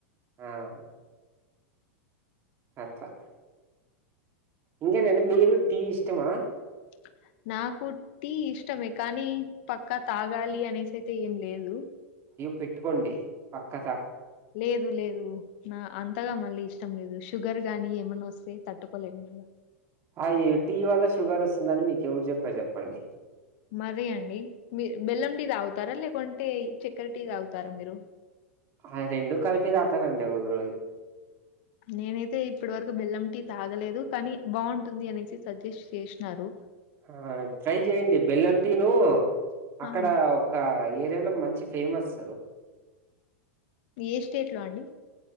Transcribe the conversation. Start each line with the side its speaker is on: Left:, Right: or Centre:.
Right: అవును అట్లా ఇంకా నండి మీకి టీ ఇష్టమా?
Left: <inaudible> నాకు టీ ఇష్టమే కానీ పక్కా తాగాలి అనేసి అయితే ఏం లేదు.
Right: పెట్టుకోండి పక్క
Left: లేదు లేదు అంతగా మళ్ళీ ఇష్టం లేదు. షుగర్ గాని ఏమైన్నా వస్తే తట్టుకోలేం మళ్ళా
Right: అఈ టీ వల్ల షుగర్ వస్తుందని మీకు ఎవరు చెప్పారు చెప్పండి.
Left: మరి అండి మీరు బెల్లం టీ తాగుతారా లేకుంటే చక్కర టీ తాగుతారా మీరు.
Right: అ రెండు కలిపి తాగుతానండి ఒక రోజు.
Left: నేనైతే ఇప్పటి వరకు బెల్లం టీ తాగలేదు కానీ బాగుంటుంది అనేసి సజెస్ట్ చేసినారు.
Right: ఆ ట్రై చెయ్యడి బెల్లంటీ ను అక్కడ
Left: ఆ అండి
Right: ఒక ఏరియాలో మంచి ఫేమస్
Left: ఏ స్టేట్ లో అండి